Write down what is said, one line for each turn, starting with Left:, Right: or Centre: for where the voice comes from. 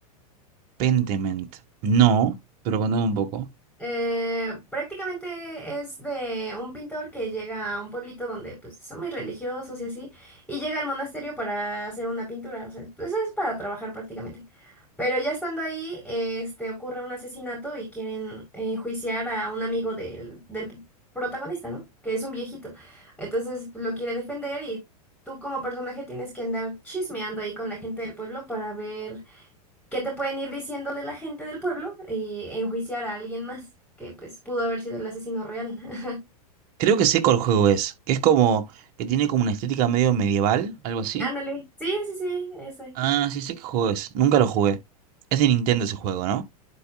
Right: Pentiment. No, pero contame un poco.
Centre: Eh, prácticamente es de un pintor que llega a un pueblito donde pues son muy religiosos y así, y llega al monasterio para hacer una pintura, o sea, pues es para trabajar prácticamente. Pero ya estando ahí, este, ocurre un asesinato y quieren enjuiciar a un amigo del, del protagonista, ¿no? Que es un viejito. Entonces pues, lo quiere defender y tú como personaje tienes que andar chismeando ahí con la gente del pueblo para ver ¿Qué te pueden ir diciendo de la gente del pueblo? Y enjuiciar a alguien más que pues pudo haber sido el asesino real. <laughs>
Right: Creo que sé cuál juego es. Que es como. Que tiene como una estética medio medieval, algo así.
Centre: Ándale. Sí, sí, sí, ese.
Right: Ah, sí sé qué juego es. Nunca lo jugué. Es de Nintendo ese juego, ¿no?